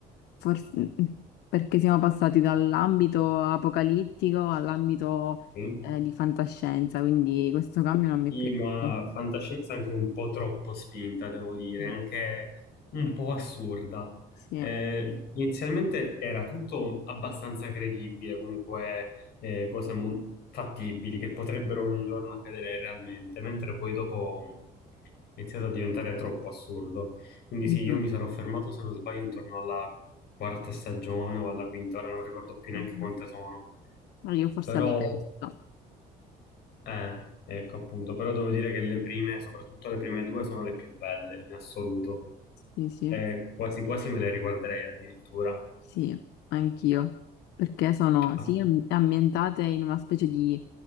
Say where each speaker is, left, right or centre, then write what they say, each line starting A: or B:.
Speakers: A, on the left (about 85°); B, on the left (about 70°).
A: forse perché siamo passati dall'ambito apocalittico all'ambito
B: sì.
A: eh, di fantascienza, quindi questo cambio non mi
B: Sì,
A: è piaciuto.
B: ma fantascienza anche un po' troppo spinta, devo dire,
A: Sì,
B: anche un po' assurda.
A: sì.
B: Eh, inizialmente era tutto abbastanza credibile, comunque eh, cose mo- fattibili che potrebbero un giorno accadere realmente, mentre poi dopo mh, è iniziato a diventare troppo assurdo. Quindi
A: mhm,
B: sì, io mi sarò fermato, se non sbaglio, intorno alla quarta stagione o alla quinta, ora non ricordo più neanche
A: mhm.
B: quante sono.
A: Ma Io forse
B: Però
A: alla terza,
B: eh, ecco appunto, però devo dire che le prime, soprattutto le prime due, sono le più belle in assoluto.
A: sì, sì.
B: Eh, quasi quasi me le riguarderei addirittura.
A: Sì, anch'io, perché sono
B: Ah,
A: sì, am- ambientate in una specie di